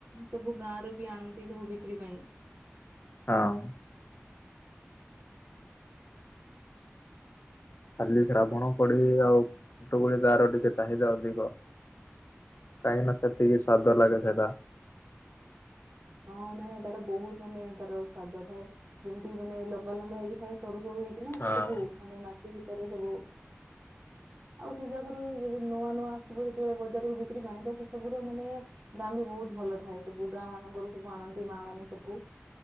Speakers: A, on the right (about 45°); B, on the left (about 50°).
A: ସବୁ ଗାଁରୁ ବି ଆଣନ୍ତି ସବୁ ବିକ୍ରି ପାଇଁ।
B: ହଁ। ଖାଲି ଶ୍ରାବଣ ପଡି ଆଉ ଫଟ ଗ ତାର ଟିକେ ଚାହିଦା ଅଧିକ। କାଇଁ ନା ସେତିକି ସ୍ୱାଦ ଲାଗେ ସେଇଟା।
A: ହଁ ନାଇଁ ନାଇଁ ତାର ବହୁତ ମାନେ ତାର ସ୍ଵାଦ ଥାଏ ଯେମିତି ମାନେ ଲମ୍ବା ଲମ୍ବା ହେଇକି। ଏ ସରୁ ସରୁ ହେଇକିନା
B: ହଁ
A: ସେ ସବୁ ମାନେ ମାଟି ଭିତରେ ସବୁ। ଆଉ ସେ ଜାଗା ରୁ ଯେବେ ନୂଆ ନୂଆ ଆସିବ ଯେତେବେଳେ ବଜାରକୁ ବିକ୍ରି ପାଇଁ ସେ ସବୁର ମାନେ ଗାଁ ବି ବହୁତ ଭଲ ଥାଏ ସବୁ ଗାଁ ମାନଙ୍କର ସବୁ ଆଣନ୍ତି ମା ମାନେ ସବୁ।